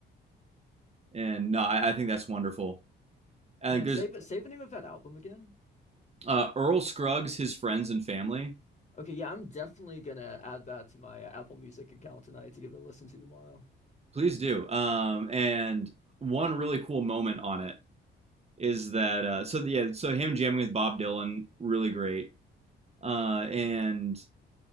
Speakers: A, on the right; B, on the left.
A: and no i, I think that's wonderful i
B: Man,
A: think there's
B: save it, save the name of that album again.
A: uh, earl scruggs his friends and family
B: Okay, yeah, I'm definitely gonna add that to my Apple Music account tonight to give it a listen to tomorrow.
A: please do um, and one really cool moment on it is that uh, so the, yeah so him jamming with bob dylan really great uh, and